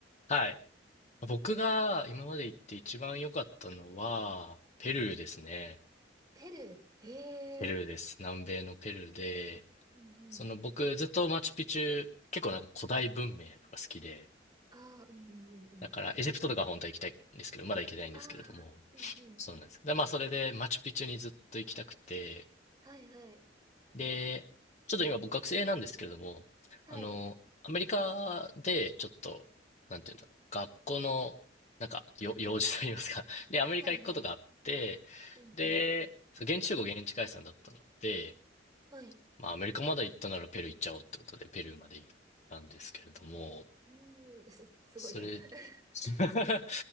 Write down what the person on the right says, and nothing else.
ペルー。へえ。
うんうん。
ああ、うんうんうんうん。
ああ、うんうん。
はいはい。
はい。
はいはい。うんうん。
はい。
うーん、<laughs> すごいな。
<laughs>